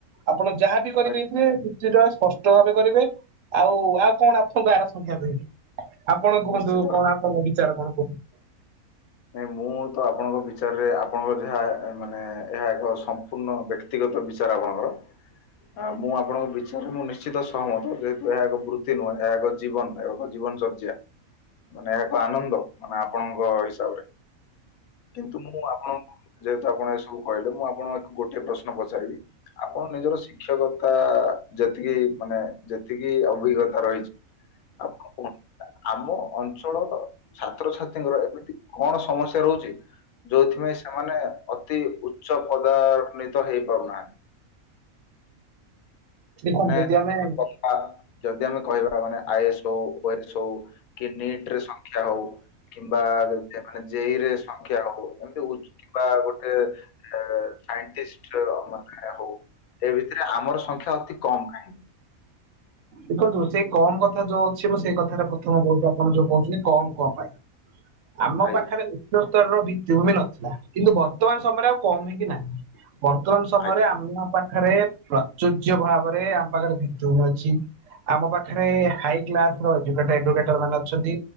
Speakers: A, on the right; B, on the left.
A: ଆପଣ ଯାହାବି। କରିବେ
B: ଆଜ୍ଞା
A: ହେ ରୁଚିର ସ୍ପଷ୍ଟ ଭାବେ କରିବେ ଆଉ, ଆଉ କଣ ଆପଣଙ୍କୁ ଆର ସଂଖ୍ୟା କହିବି। ଆପଣ କୁହନ୍ତୁ
B: ନିଶ୍ଚିତ।
A: କଣ ଆପଣଙ୍କ ବିଚାର କଣ କୁହନ୍ତୁ।
B: ନାଇ ମୁଁ ତ ଆପଣଙ୍କ ବିଚାରରେ ଆପଣଙ୍କ ଯାହା ମାନେ ଏହା ଏକ ସମ୍ପୂର୍ଣ୍ଣ ବ୍ୟକ୍ତି। ବ୍ୟତିଗତ ବିଚାର ଆପଣଙ୍କର। ଆ ମୁଁ ଆପଣଙ୍କ ବିଚାରରେ ମୁଁ ନିଶ୍ଚିତ ସହମତ ଯେହେତୁ ଏହା ଏକ ବୃତ୍ତି ନୁହେଁ ଏହା ଏକ। ଜୀବନ ପାଇବ କ ଜୀବନଚର୍ଯ୍ୟା। ମାନେ ଏହା ଏକ ଆନନ୍ଦ ମାନେ ଆପଣଙ୍କ ହିସାବରେ। କିନ୍ତୁ ମୁଁ ଆପଣ ଙ୍କୁ ଯେହେତୁ ଆପଣ ଆଜି ସବୁ କହିଲେ ମୁଁ ଆପଣଙ୍କୁ ଗୋଟିଏ ପ୍ରଶ୍ନ ପଚାରିବି। ଆପଣ ନିଜର ଶିକ୍ଷକତା ଯେତିକି ମାନେ ଯେତିକି ଅଭିଜ୍ଞତା ରହିଛି। ଆପଣ କଣ ଆମ ଅଞ୍ଚଳର ଛାତ୍ରଛାତ୍ରୀଙ୍କର ଏମିତି। କଣ ସମସ୍ୟା ରହୁଛି। ଯୋଉଥିପାଇଁ ସେମାନେ ଅତି ଉଚ୍ଚ ପଦାନିତ ହେଇପାରୁନାହାନ୍ତି।
A: ଦେଖନ୍ତୁ
B: ନାଇଁ
A: ଯଦି
B: ଯାହା
A: ଆମେ
B: କଲେ। ବା ଯଦି ଆମେ କହିବା ମାନେ ଆଇଏସ୍ ହଉ ଓ ଏସ୍ ହଉ କି ନିଟିରେ ସଂଖ୍ୟା ହଉ। କିମ୍ବା ଯଦି ମାନେ ଜେଇରେ ସଂଖ୍ୟା ହଉ ଏମିତି କିମ୍ବା ଗୋଟେ। ଯେ ସାଇଟିଷ୍ଟି ମାନେ ହଉ ଏ ଭିତରେ ଆମର ସଂଖ୍ୟା ଅତି କମ୍ କାହିଁକି।
A: ଦେଖନ୍ତୁ ସେଇ କମ୍ କଥା ଯୋଉ ଅଛି ମୁଁ ସେଇ କଥାରେ ପ୍ରଥମ କୋଉଠି ଆପଣ ଯୋଉ କହୁଥିଲେ କମ୍, କମ୍ ପାଇଁ। ଆମ
B: ଆଜ୍ଞା
A: ପାଖରେ। ଉଚ୍ଚ ସ୍ତରରେ ଭିତ୍ତିଭୂମି ନଥିଲା କିନ୍ତୁ ବର୍ତ୍ତମାନ ସମୟରେ ଆଉ କମ୍ ହେଇକି ନାହିଁ। ବର୍ତ୍ତମାନ ସମୟରେ
B: ଆଜ୍ଞା
A: ଆମ ପାଖରେ। ପ୍ରଚୁଯ୍ୟ ଭାବରେ ଆମ ପାଖରେ ଭିତ୍ତିଭୂମି ଅଛି ଆମ ପାଖରେ ହାଇଟି ମ୍ୟାପ ର ଅଛି। ହେପାଟାଇଟିର ହେକ୍ଟର ମାନେ ଅଛନ୍ତି